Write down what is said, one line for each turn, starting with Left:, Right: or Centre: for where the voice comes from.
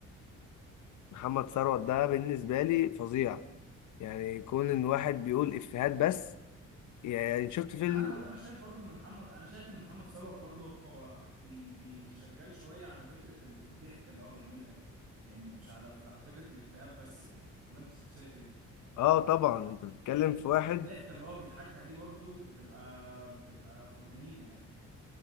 Left: محمد ثروت ده بالنسبه لي فظيع يعني كون ان واحد بيقول افيهات بس يعني شفت فيلم
Right: انا انا شايف برضو ان محمد انا شايف ان محمد ثروت برضو هو بي... بيشغال شوية على فكرة ال- الضحك اللي هو بيعملها دي يعني مش على على فكرة الإفيهات بس يعني ولا انت شايف ايه؟
Left: اه طبعا انت بتتكلم في واحد
Right: الضحكة اللي هو بيضحكها دي برضو بتبقى بتبقى ف- جميلة يعني